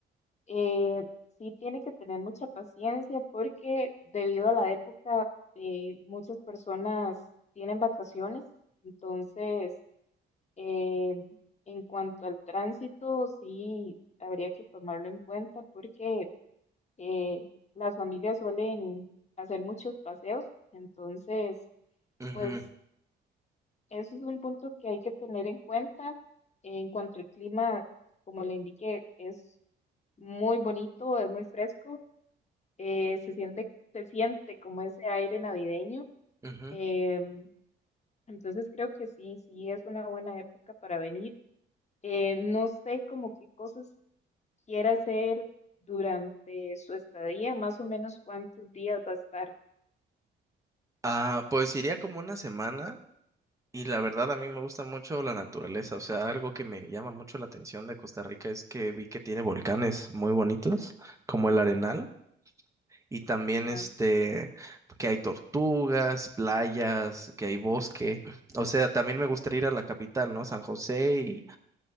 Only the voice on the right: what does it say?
ujú,
ujú.
Ah, pues iría como una semana y la verdad a mí me gusta mucho la naturaleza, o sea, algo que me llama mucho la atención de Costa Rica es que vi que tiene volcanes muy bonitos, como el Arenal, y también
este, que hay tortugas, playas, que hay bosque, o sea, también me gustaría ir a la capital, ¿no? San José